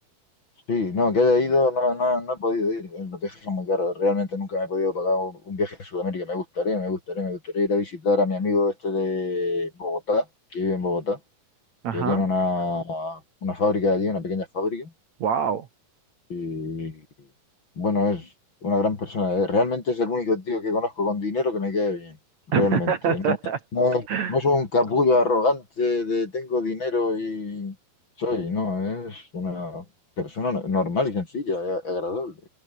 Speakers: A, on the left; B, on the right.
A: Sí, no, que haya ido, no, no, no he podido ir. eh, Los viajes son muy caros. Realmente nunca me he podido pagar un, un viaje a Sudamérica. Me gustaría, me gustaría, me gustaría ir a visitar a mi amigo este de Bogotá, que vive en Bogotá,
B: Ajá.
A: que tiene una, una fábrica allí, una pequeña fábrica.
B: Wow.
A: Y bueno, es una gran persona. eh. Realmente es el único tío que conozco con dinero que me quede bien. Realmente.
B: <laughs>
A: No, no, no soy un capullo arrogante de tengo dinero y soy, no, es una persona no- normal y sencilla, a- agradable.